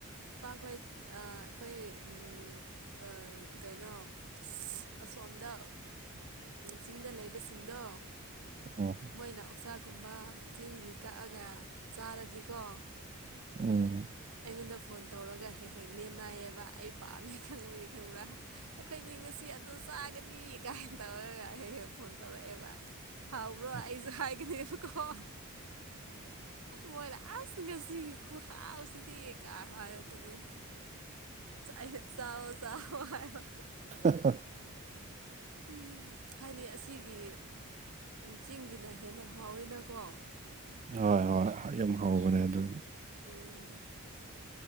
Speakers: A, on the right; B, on the right.
A: ꯏꯄꯥ ꯅꫭꯏ ꯑꯥ ꯑꯩꯈꯣꯏ ꯎꯝ ꯑꯥ ꯀꯩꯅꫭ ꯑꯁꯣꯝꯗ ꯆꯤꯡꯗ ꯂꯩꯕꯁꯤꯡꯗꯣ
B: ꯎꯝ
A: ꯃꯣꯏꯅ ꯑꯣꯛꯁꯥ‌ ꯒꯨꯝꯕ ꯆꯤꯡꯒꯤ ꯀꯛꯑꯒ ꯆꯥꯔꯗꯤꯀꯣ
B: ꯎꯝ
A: ꯑꯩꯉꯣꯟꯗ ꯐꯣꯟ ꯇꯧꯔꯒ ꯍꯦꯛ ꯍꯦꯛ ꯂꯦꯟ ꯅꯥꯏꯌꯦꯕ ꯑꯩ ꯄꯥꯝꯃꯦ ꯈꯪꯕꯒꯤ ꯈꯪꯕ꯭ꯔꯥ꯫ ꯑꯩꯈꯣꯏꯗꯤ ꯉꯁꯤ ꯑꯗꯨ ꯆꯥꯒꯅꯤ ꯀꯥꯏꯅ ꯇꯧꯔꯒ ꯍꯦꯛ ꯍꯦꯛ ꯐꯣꯟ ꯇꯧꯔꯛꯑꯦꯕ ꯍꯥꯎꯕ꯭ꯔꯣ
B: ꯎꯝ
A: ꯑꯩꯖꯨ ꯍꯥꯏꯒꯅꯦꯕꯀꯣ ꯃꯣꯏꯅ ꯑꯥꯁ ꯉꯁꯤꯒꯤ ꯈꯍꯥꯎꯁꯤꯗꯤ ꯀꯥ ꯍꯥꯏꯔꯛꯀꯅꯤ ꯑꯩꯅ ꯆꯥꯏ ꯆꯥꯎꯋꫭ ꯆꯥꯎꯋꫭ ꯍꯥꯏꯕ
B: <inaudible>
A: ꯎꯝ ꯍꯥꯏꯗꯤ ꯑꯁꯤꯒꯤ ꯆꯤꯡꯒꯤꯅ ꯍꯦꯟꯅ ꯍꯥꯎꯋꯤꯅꯀꯣ
B: ꯍꯣꯏ ꯍꯣꯏ ꯌꯥꯝ ꯍꯥꯎꯕꯅꯦ ꯑꯗꯨ
A: ꯎꯝ